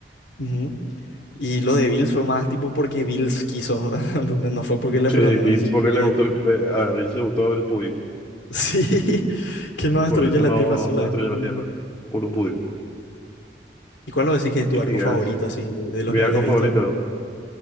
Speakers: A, on the left (about 85°); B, on the left (about 15°).
A: Ujú. Y lo de Bills fue más tipo porque Bills quiso, <laughs> donde No fue porque le
B: Sí,
A: perdonaron,
B: y es
A: sino
B: porque
A: que
B: le gustó
A: él...
B: el,
A: <laughs>
B: eh, a David le gustó el pudín.
A: Sí, que no destruye
B: Por eso
A: la
B: no,
A: Tierra solamente.
B: no destruyó
A: por-
B: la tierra. Por un pudín.
A: ¿Y cuál lo decís que es tu
B: ¿Qué te
A: arco
B: digas?
A: favorito así de de
B: Mi
A: los que
B: algo
A: hayas
B: favorito.
A: visto?